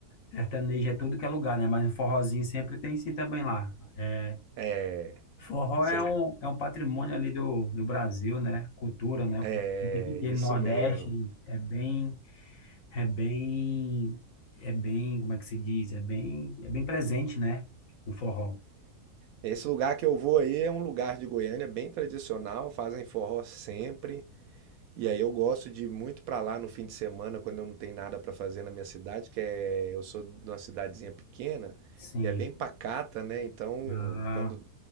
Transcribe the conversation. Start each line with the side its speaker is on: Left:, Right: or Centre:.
Left: sertanejo é tudo que é lugar, né? Mas o forrozinho sempre tem sim também lá. É,
Right: É,
Left: forró
Right: cer-
Left: é um, é um patrimônio ali do, do Brasil, né? Cultura, né?
Right: é
Left: O forrozinho Tem que ter
Right: isso
Left: no Nordeste,
Right: mesmo.
Left: é bem... É bem, é bem, como é que se diz? É bem, é bem presente, né? O forró.
Right: Esse lugar que eu vou aí é um lugar de Goiânia bem tradicional, fazem forró sempre. E aí eu gosto de ir muito pra lá no fim de semana, quando eu não tenho nada pra fazer na minha cidade, que é, eu sou de uma cidadezinha pequena
Left: Sim.
Right: e é bem pacata, né? Então,
Left: Ah,
Right: quando